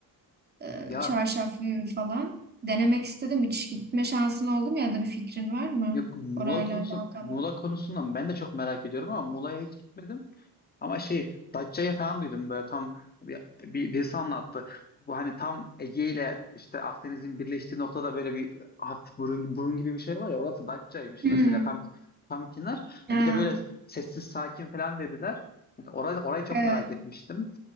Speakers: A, on the right; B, on the left.
A: e,
B: Ya
A: çarşaf gibi falan. Denemek istedim. Hiç gitme şansın oldu mu ya da bir fikrin var mı
B: Yok Muğla
A: orayla
B: konusu,
A: alakalı?
B: Muğla konusundan ben de çok merak ediyorum ama Muğla'ya hiç gitmedim. Ama şey Datça'yı falan duydum böyle tam bir, bir, birisi anlattı. Bu hani tam Ege ile işte Akdeniz'in birleştiği noktada böyle bir hafif burun, burun gibi bir şey var ya orası Datça'ymış
A: Hmm.
B: mesela tam tam kenar.
A: Ha,
B: Bir de böyle sessiz sakin falan dediler. Yani orayı, orayı çok
A: evet.
B: merak etmiştim.